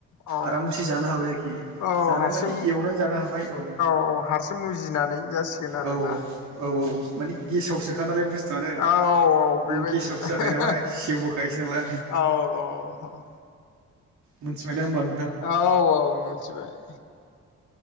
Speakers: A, on the left; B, on the right.
A: औ
B: आरामसे जानो हाबाय आरोखि
A: औ
B: जानाय
A: हारसिं
B: माने एवनानै जानो हाबाय औ
A: औ हारसिं मुजिनानै जासिगोन आरोना
B: औ-औ-औ
A: उम
B: मानि
A: उम
B: गेसावसोखा नालाय बुस्थुआनो
A: औ औ बेबायदिनो
B: गेसावसो जाखायो नाम सेवहोखायोसो नालाय
A: औ औ
B: मिथिबाय दा होनबा
A: औ-औ मिथिबाय।